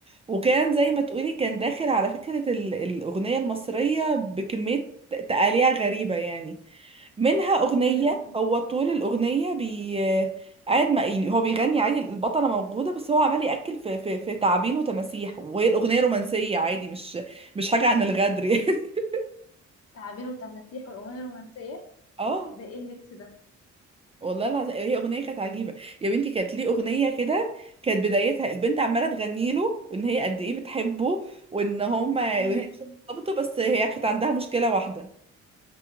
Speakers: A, on the right; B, on the left.
A: وكان زي ما تقولي كان داخل على فكرة ال... الأغنية المصرية بكمية تقاليع غريبة يعني منها أغنية
B: امم
A: هو طول الأغنية بي قاعد ما يعني هو بيغني عادي البطلة موجودة بس هو عمال يأكل في في في تعابين وتماسيح وهي الأغنية رومانسية عادي مش مش حاجة عن الغدر يعني <laughs>
B: تعابير وتماسيح والأغنية الرومانسية
A: اه
B: ده ايه الميكس ده
A: والله العظيم هي اغنيه كانت عجيبه يا بنتي كانت ليه اغنيه كده كانت بدايتها البنت عماله تغني له وان هي قد ايه بتحبه وان هما
B: امم
A: وان هي مش مرتبطه بس هي كانت عندها مشكله واحده